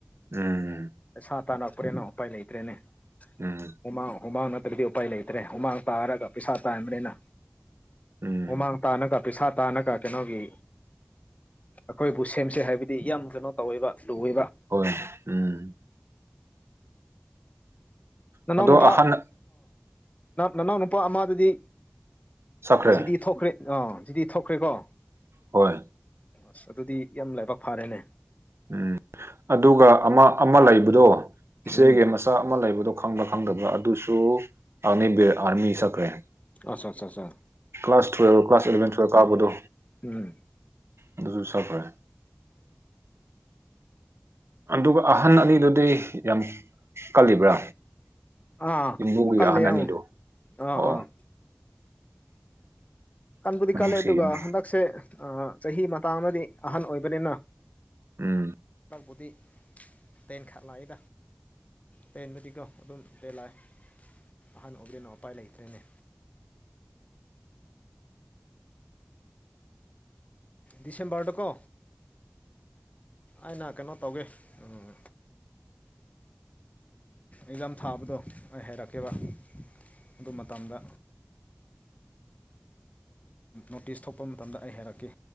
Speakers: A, on the right (about 80°); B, on the left (about 35°).
A: ꯎꯝ
B: ꯄꯩꯁꯥ ꯇꯥꯔꯛꯄ꯭ꯔꯦꯅ ꯎꯄꯥꯏ ꯂꯩꯇ꯭ꯔꯦꯅꯦ
A: ꯎꯝ
B: ꯎꯃꯥꯡ ꯎꯃꯥꯡ ꯅ ꯍꯥꯏꯕꯗꯤ ꯎꯄꯥꯏ ꯂꯩꯇ꯭ꯔꯦ ꯍꯨꯃꯥꯡ ꯇꯥꯔꯒ ꯄꯩꯁꯥ ꯇꯥꯥꯟꯕꯅꯤꯅ
A: ꯎꯝ
B: ꯍꯨꯃꯥꯡ ꯇꯥꯅꯒ ꯄꯩꯁꯥ ꯇꯥꯅꯒ ꯀꯩꯅꯣꯒꯤ ꯑꯩꯈꯣꯏꯕꯨ ꯁꯦꯝꯁꯦ ꯍꯥꯏꯕꯗꯤ ꯌꯥꯝ ꯀꯩꯅꯣ ꯇꯧꯋꯦꯕ ꯂꯨꯋꯦꯕ
A: ꯍꯣꯏ ꯎꯝ
B: ꯅꯅꯥꯎ
A: ꯑꯗꯣ
B: ꯅꯨꯄꯥ
A: ꯑꯍꯟ
B: ꯅꯅꯥꯎ ꯅꯨꯄꯥ ꯑꯃꯗꯨꯗꯤ
A: ꯁꯛꯈ꯭ꯔꯦ
B: ꯖꯤꯔꯤ ꯊꯣꯛꯈ꯭ꯔꯦ ꯑꯥ ꯖꯤꯔꯤ ꯊꯣꯛꯈ꯭ꯔꯦꯀꯣ
A: ꯍꯣꯏ
B: ꯑꯁ ꯑꯗꯨꯗꯤ ꯌꯥꯝ ꯂꯥꯏꯕꯛ ꯐꯥꯔꯦꯅꯦ
A: ꯎꯝ ꯑꯗꯨꯒ ꯑꯃ ꯑꯃ ꯂꯩꯕꯗꯣ ꯏꯆꯦꯒꯤ
B: ꯎꯝ
A: ꯃꯆꯥ ꯑꯃ ꯂꯩꯕꯗꯣ ꯈꯪꯕ ꯈꯪꯗꯕ ꯑꯗꯨꯁꯨ ꯑꯒꯅꯤꯕꯤꯔ ꯑꯥꯔꯃꯤ ꯆꯠꯈ꯭ꯔꯦ
B: ꯑꯠꯆꯥ ꯑꯠꯆꯥ ꯑꯠꯆꯥ
A: ꯀ꯭ꯂꯥꯁ ꯇꯨꯋꯦꯜꯄ ꯀ ꯀ꯭ꯂꯥꯁ ꯏꯂꯚꯦꯟ ꯇꯨꯋꯦꯜꯄ ꯀꯥꯕꯗꯣ
B: ꯎꯝ
A: ꯑꯗꯨꯁꯨ ꯁꯈꯔꯦ ꯑꯗꯨꯒ ꯑꯍꯟ ꯑꯅꯤꯗꯨꯗꯤ ꯌꯥꯝ ꯀꯜꯂꯤꯕ꯭ꯔꯥ
B: ꯑꯥ
A: ꯌꯨꯝꯕꯨꯒꯤꯔ
B: ꯀꯜꯂꯦ
A: ꯑꯍꯟ
B: ꯑꯪ
A: ꯑꯅꯤꯗꯨ
B: ꯑꯥ
A: ꯑꯣ
B: ꯑꯥ ꯀꯟꯕꯨꯗꯤ
A: ꯅꯨꯡꯁꯤꯌꯦꯅꯦ
B: ꯀꯜꯂꯦ ꯑꯗꯨꯒ ꯍꯟꯗꯛꯁꯦ ꯆꯍꯤ ꯃꯇꯥꯡꯗꯗꯤ ꯑꯍꯟ ꯑꯣꯏꯕꯅꯤꯅ
A: ꯎꯝ
B: ꯇꯂꯥꯛꯕꯨꯗꯤ ꯇꯦꯟ ꯈꯥ ꯂꯥꯏꯗ ꯇꯦꯟꯕꯗꯤꯀꯣ ꯑꯗꯨꯝ ꯇꯦꯜꯂꯥꯛꯑꯦ ꯑꯍꯟ ꯑꯣꯏꯕ꯭ꯔꯦꯅ ꯎꯄꯥꯏ ꯂꯩꯇ꯭ꯔꯦꯅꯦ
A: <inaudible>
B: ꯗꯤꯁꯦꯝꯕꯔꯗꯀꯣ ꯑꯩꯅ ꯀꯩꯅꯣ ꯇꯧꯒꯦ ꯎꯝ
A: <inaudible>
B: ꯑꯦꯛꯖꯥꯝ ꯊꯥꯕꯗꯣ ꯑꯩ ꯍꯥꯏꯔꯛꯀꯦꯕ ꯑꯗꯨ ꯃꯇꯝꯗ
A: <inaudible>
B: ꯅꯣꯇꯤꯁ ꯊꯣꯛꯄ ꯃꯇꯝꯗ ꯑꯩ ꯍꯥꯏꯔꯛꯈꯤ